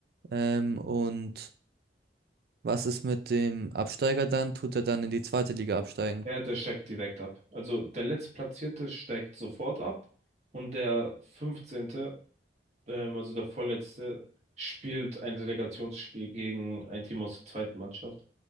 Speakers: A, on the right; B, on the right.
A: Ähm, und was ist mit dem Absteiger dann? Tut er dann in die zweite Liga absteigen?
B: Ja, der steigt direkt ab. Also der Letztplatzierte steigt sofort ab und der fünfzehnte ähm, also der Vorletzte, spielt ein Relegationsspiel gegen ein Team aus der zweiten Mannschaft.